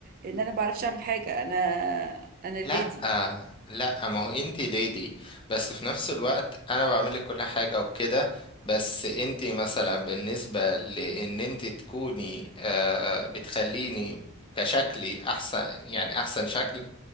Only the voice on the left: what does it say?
لا لا ما هو انتي ليدي بس في نفس الوقت انا بعمل لك كل حاجة وكده بس انتي مثلا بالنسبة لان انتي تكوني آه بتخليني كشكلي احسن يعني احسن شكل